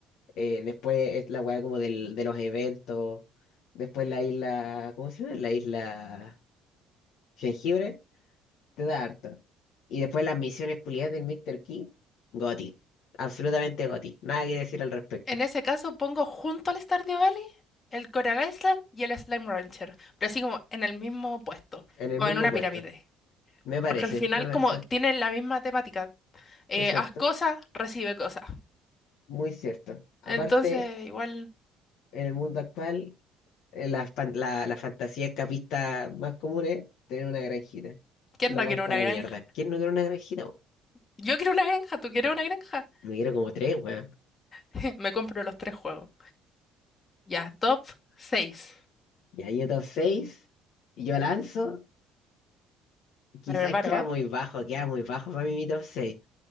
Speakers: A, on the left; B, on the left.
A: eh, después es la wea como del, de los eventos, después la isla... ¿Cómo se llama? La isla Jengibre, te da harto. Y después las misiones culiadas del Mr. Key, Goti. Absolutamente Goti. Nada que decir al respecto.
B: En ese caso pongo junto al Stardew Valley el Coral Island y el Slime Rancher, pero así como en el mismo puesto,
A: En el
B: como
A: mismo
B: en una
A: puesto.
B: pirámide.
A: Me parece,
B: Porque al final
A: me parece.
B: como tienen la misma temática. eh,
A: Exacto.
B: haz cosas, recibe cosas.
A: Muy cierto. Aparte,
B: Entonces, igual,
A: en el mundo actual, eh, la, fan- la, la fantasía escapista más común es tener una granjita.
B: ¿quién
A: Lo
B: no
A: banco
B: quiere una
A: a la
B: granja?
A: mierda. ¿Quién no quiere una granjita? weón?
B: Yo quiero una granja, ¿tú quieres una granja?
A: Me quiero como tres, weón.
B: <laughs> Me compro los tres juegos. Ya, top seis.
A: Y ahí yo top 6, y yo lanzo, quizás
B: ¿Me preparo?
A: queda
B: ¿eh?
A: muy bajo, queda muy bajo para mí mi top seis